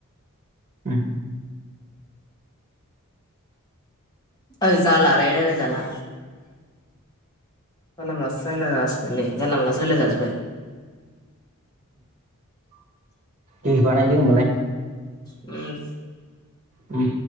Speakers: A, on the right; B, on the left.
A: उम
B: ओइ जालादे रायलाय जाला। जानला मोनलायो रायलायनाय जासिगोन नै जानला मोनलासो रायलाय जाजोबाबाय
A: दे बानायदो होमबालाय
B: उम
A: उम